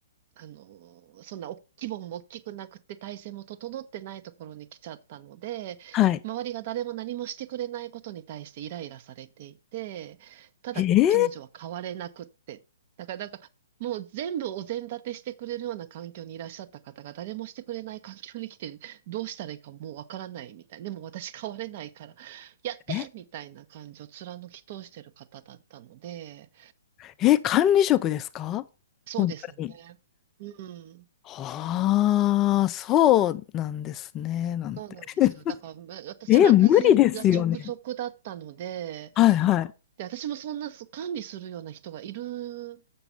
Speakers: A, on the right; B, on the left.
A: あの、そんなお規模も大きくなくて体制も整ってないところに来ちゃったので、
B: はい。
A: 周りが誰も何もしてくれないことに対してイライラされていて、ただ彼女は変われなくって、
B: えー、
A: だからなんかもう全部お膳立てしてくれるような環境にいらっしゃった方が誰もしてくれない環境に来てどうしたらいいかもうわからないみたいな。でも私変われないからやってみたいな感じを貫き通してる方だったので、
B: え、え、管理職ですか本当に。
A: そうですね。うん。
B: はあ、そうなんですね、なんて。
A: そうなんですよ。
B: <laughs>
A: だから、む私が、
B: え、
A: 私が直属だったので、
B: 無理ですよね。はいはい。
A: で、私もそんなそう管理するような人がいる